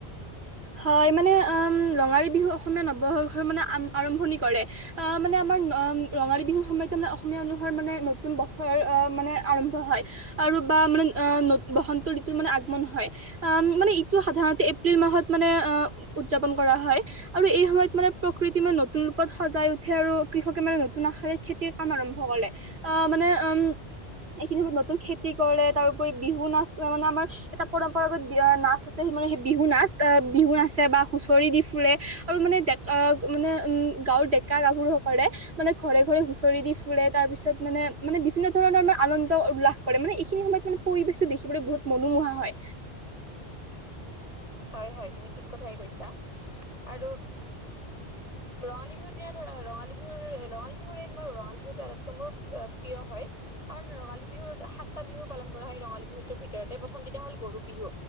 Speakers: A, on the right; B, on the left.
A: হয় মানে
B: <unintelligible>
A: উম ৰঙালী বিহু অসমীয়া নৱসৰখৰ মানে আম আৰম্ভণি কৰে। আহ মানে আমাৰ অহ ৰঙালী বিহুৰ সময়তে। মান মানে ন বছ মানেম্ হয় আৰু বা মানে ব ঋতু মানে আগমন হয় আহ মানে ইটো সাধাৰণতে এপ্ৰিল মাহত। মানে অ উদযাপন কৰা হয় আৰু এই সময়ত মানে প্ৰকৃতি মানে নতুন ৰূপত সজাই উঠে আৰু। কৃষকে মানে নতুন আশাৰে খেতিৰ কাম আৰম্ভ কৰেলে আহ মানে উম এইখিনিত নতুন খেতি কৰে তাৰোপৰি বিহু নাচ মানে আমাৰ এটা পৰম্পৰাগত বি নাচ আছে। মানেই বিহু নাচ এ বিহু নাছে বা হুঁচৰি দি ফুৰে আৰু মানে ডেকা মানে উম গাঁৱৰ ডেকা গাভৰু। কৰে মানে ঘৰে ঘৰে হুচৰি দি ফুৰে তাৰ পিছত মানে মানে বিভিন্ন ধৰণৰে আনন্দ উল্লাস কৰে। মানে এইখিনি সময়ত মানে পৰিৱেশতো দেখিবলৈ বহুত মনোমোহা হয়।
B: হয় হয় তুমি ঠিক কথাই কৈছা আৰু <unintelligible> ৰঙালী বিহুৰ দিনা ধৰা, ৰঙালী বিহুৰ ৰঙালী বিহুৰে মই ৰঙালী বিহুটো আটাইতকৈ মোৰ প্ৰিয় হয়। কাৰণ ৰঙালী বিহুৰ সাতটা বিহু পালন কৰা হয়। ৰঙালী বিহুটোৰ ভিতৰতে প্ৰথম দিটা হ'ল গৰু বিহু।